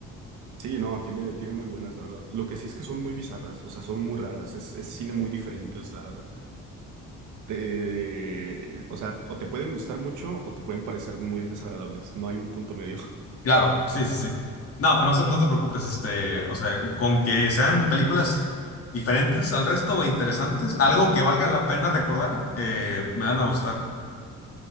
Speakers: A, on the right (about 80°); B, on the left (about 50°).
A: Sí, no, tiene, tiene muy buenas, la verdad. Lo que sí es que son muy bizarras, o sea, son muy raras, es, es cine muy diferente, o sea, te, o sea, o te pueden gustar mucho o te pueden parecer muy desagradables, no hay un punto medio. <laughs>
B: Claro, sí, sí, sí. No, pero no, se- no te preocupes, este, o sea, con que sean películas diferentes al resto o interesantes, algo que valga la pena recordar, eh, me van a gustar.